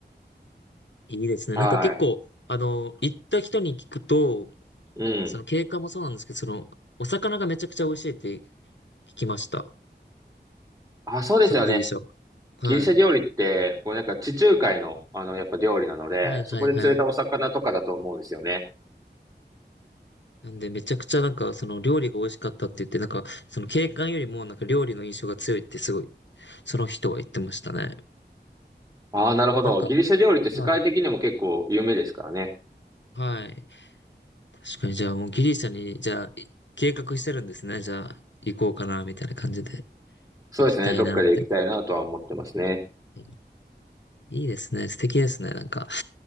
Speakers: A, on the left; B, on the right.
A: いいですね。
B: はい。
A: なんか結構、あの、行った人に聞くと、
B: うん。
A: その景観もそうなんですけど、その、お魚がめちゃくちゃ美味しいって聞きました。
B: あ、そうですよね。
A: そのギリシャは。
B: ギリシャ料理って、
A: はい。
B: もうなんか地中海の、あの、やっぱ料理なので、
A: はい、
B: そこで釣れたお魚とかだと思うんですよね。
A: はい、はい。なんで、めちゃくちゃなんか、その料理が美味しかったって言って、なんか、その景観よりもなんか料理の印象が強いってすごい、その人は言ってましたね。
B: ああ、なるほど。
A: なんか、
B: ギリシャ料理って世界的にも結構有名ですからね。
A: はい。はい。確かに、じゃあもうギリシャに、じゃあ、い計画してるんですね。じゃあ、行こうかな、みたいな感じで。
B: そうですね。
A: 行きたいな、
B: どっかで行きたいなとは思ってますね。
A: みたいな。いいですね。素敵ですね。なんか、